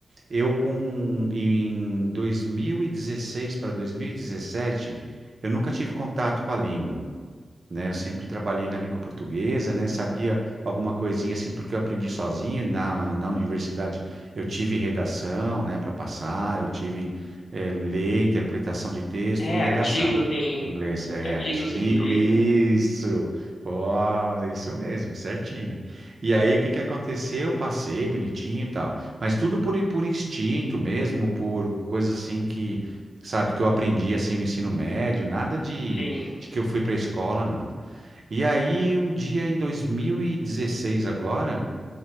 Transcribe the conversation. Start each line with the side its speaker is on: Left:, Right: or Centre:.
Right: Eu, com, em 2016 para 2017, eu nunca tive contato com a língua. né? Eu sempre trabalhei na língua portuguesa, né? Sabia alguma coisinha assim porque eu aprendi sozinho. Na, na universidade eu tive redação, né, para passar, eu tive eh, ler, interpretação de texto
Left: é
Right: e redação.
Left: artigo, tem
Right: Em Inglês
Left: ar-
Right: é
Left: artigos
Right: artigo,
Left: em inglês,
Right: isso.
Left: né?
Right: Ó, é isso mesmo, certinho. E aí o que que aconteceu? Eu Passei bonitinho e tal, mas tudo por, por instinto mesmo, por coisas assim que, sabe, que eu aprendi assim no ensino médio, nada de
Left: Sim.
Right: de que eu fui para a escola, nada. E aí, um dia em 2016 agora,